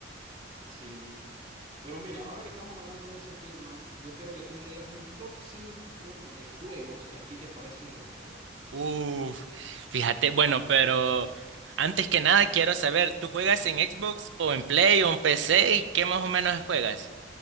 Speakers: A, on the right (about 35°); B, on the right (about 85°).
A: Sí, pero mira, ahora que estamos hablando de ese tema, yo quiero que tú me digas un top 5 de juegos que a ti te parecen los mejores.
B: Uf, fíjate, bueno, pero antes que nada quiero saber, ¿tú juegas en Xbox o en Play o en PC y qué más o menos juegas?